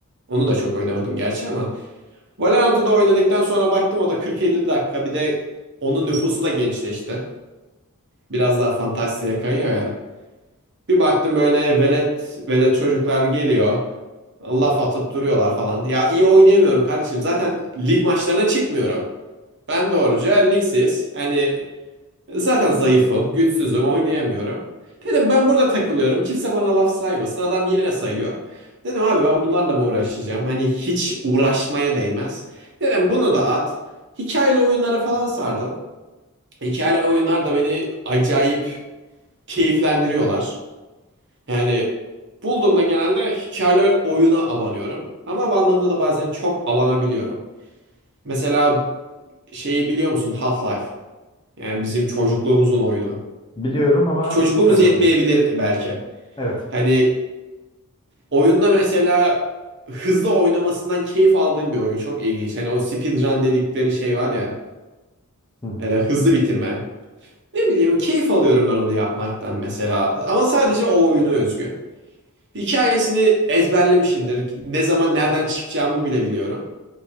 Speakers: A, on the right (about 55°); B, on the left (about 20°).
A: Onu da çok oynamadım gerçi ama. Valorant'ı da oynadıktan sonra baktım o da 40-50 dakika. Bir de onun nüfusu da gençleşti biraz daha fantastiğe kayıyor ya. Bir baktım böyle velet velet çocuklar geliyor. Laf atıp duruyorlar falan. Ya iyi oynayamıyorum kardeşim. Zaten lig maçlarına çıkmıyorum. Ben doğruca ligsiz. Hani zaten zayıfım, güçsüzüm, oynayamıyorum. Dedim ben burada takılıyorum. Kimse bana laf saymasın. Adam yine sayıyor. Dedim abi ben bunlarla mı uğraşacağım? Hani hiç uğraşmaya değmez. Dedim bunu da at. Hikayeli oyunlara falan sardım. Hikayeli oyunlar da beni acayip keyiflendiriyorlar. Yani bulduğumda genelde hikayeli oyuna abanıyorum. Ama abandığımda da bazen çok abanabiliyorum. Mesela şeyi biliyor musun? Half-Life. Yani bizim çocukluğumuzun oyunu.
B: Biliyorum ama
A: Çocukluğumuz
B: çok az
A: yetmeyebilir
B: oynadım.
A: belki.
B: Evet.
A: Hani oyunda mesela hızlı oynamasından keyif aldığım bir oyun. Çok ilginç. Hani o speedrun dedikleri şey var ya.
B: Hı hı.
A: Yani hızlı bitirme. Ne bileyim keyif alıyorum ben onu yapmaktan mesela. Ama sadece o oyuna özgü. Hikayesini ezberlemişimdir. Ne zaman nereden çıkacağımı bile biliyorum.